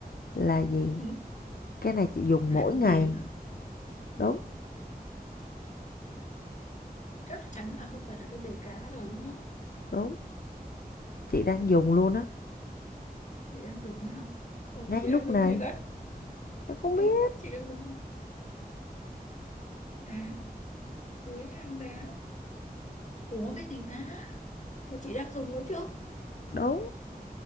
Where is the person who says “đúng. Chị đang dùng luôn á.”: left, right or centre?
Left